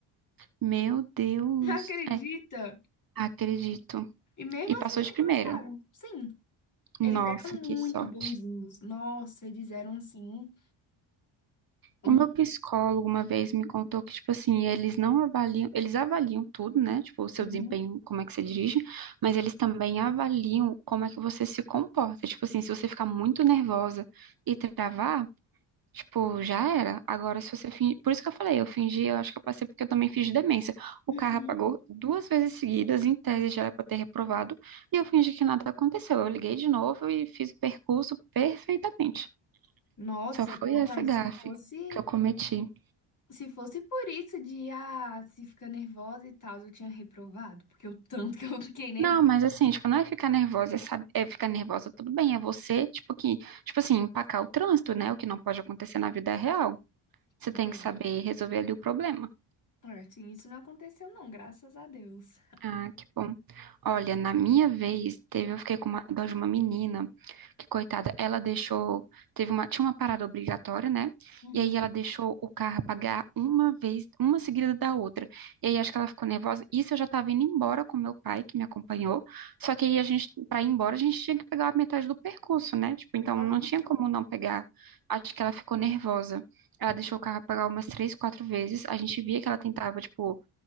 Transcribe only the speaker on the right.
Meu Deus.
É, acredito.
E passou
de primeira.
Nossa,
que
sorte.
O meu psicólogo uma vez me contou que, tipo assim, eles não avaliam, eles avaliam tudo, né? Tipo, o seu
desempenho, como é que você dirige, mas eles também avaliam como é que você se comporta. Tipo assim, se você ficar muito nervosa e travar, Tipo, já era. Agora, se você fingir. Por isso que eu falei, eu fingi, eu acho que eu passei porque eu também fingi demência. O
carro apagou duas vezes seguidas, em tese já era pra eu ter reprovado, e eu fingi que nada aconteceu. Eu liguei de novo e fiz o percurso perfeitamente.
Só foi
essa
gafe
que eu cometi.
Não, mas assim, tipo, não é ficar nervosa, é, sab- é ficar nervosa, tudo bem, é você, tipo, que, tipo assim, empacar o trânsito, né? O que não pode acontecer na vida é real. Você
tem que saber resolver ali o problema.
Ah, que bom. Olha, na minha vez, teve, eu fiquei com uma dó de uma menina, que coitada, ela deixou, teve uma, tinha uma parada obrigatória, né?
E aí ela deixou o carro apagar uma vez, uma seguida da outra. E aí acho que ela ficou nervosa. Isso eu já tava indo embora com meu pai, que me acompanhou. Só que aí a gente, pra ir embora, a gente tinha que pegar a metade do percurso, né? Tipo, então
não tinha como não pegar. Acho que ela ficou nervosa. Ela deixou o carro apagar umas três, quatro vezes. A gente via que ela tentava, tipo,